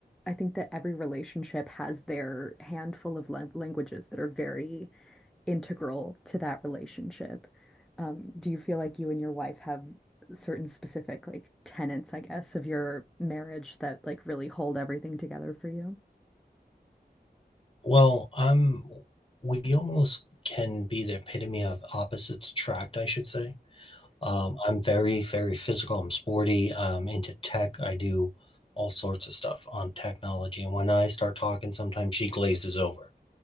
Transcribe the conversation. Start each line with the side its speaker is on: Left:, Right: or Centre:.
Centre: I think that every relationship has their handful of lang- languages that are very integral to that relationship. Um, do you feel like you and your wife have certain specific like tenets, I guess, of your marriage that like really hold everything together for you?
Left: Well, I'm. We almost can be the epitome of opposites attract, I should say. Um, I'm very, very physical. I'm sporty. I'm into tech. I do all sorts of stuff on technology. And when I start talking, sometimes she glazes over.